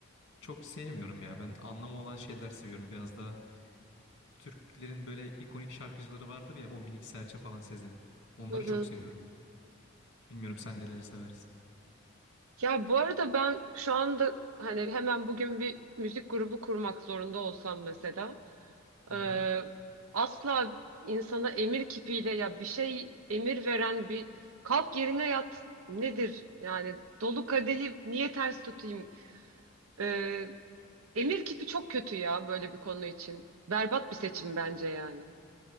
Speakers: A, on the left; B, on the right.
A: Çok sevmiyorum ya. Ben anlamı olan şeyler seviyorum. Biraz daha Türklerin böyle ikonik şarkıcıları vardır ya. O Minik Serçe falan Sezen. Onları
B: Hı hı.
A: çok seviyorum. Bilmiyorum sen neleri seversin.
B: Ya bu arada ben şu anda hani hemen bugün bir müzik grubu kurmak zorunda olsam mesela
A: Hı
B: Ee,
A: hı.
B: asla insana emir kipiyle ya bir şey emir veren bir kalk yerine yat nedir? Yani dolu kadehi niye ters tutayım? Ee, emir kipi çok kötü ya böyle bir konu için. Berbat bir seçim bence yani.